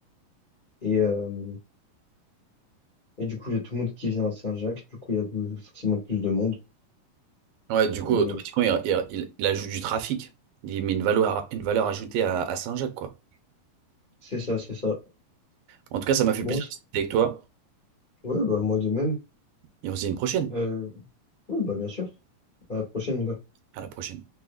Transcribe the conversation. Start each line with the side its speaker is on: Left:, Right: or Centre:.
Left: Et... euh, Et du coup, il y a tout le monde qui vient à Saint-Jacques. Du coup, il y a plus- forcément plus de monde.
Right: Ouais, du coup,
Left: Euh,
Right: automatiquement, il, il- il- il ajoute du trafic. Il met une valeur, une valeur ajoutée à, à Saint-Jacques, quoi.
Left: c'est ça, c'est ça.
Right: En tout cas, ça m'a fait
Left: Bon,
Right: plaisir
Left: c'est-
Right: de discuter avec toi.
Left: ouais, bah, moi de même.
Right: Et on se dit à une prochaine.
Left: Euh, ouais, bah, bien sûr. À la prochaine, mon gars.
Right: À la prochaine.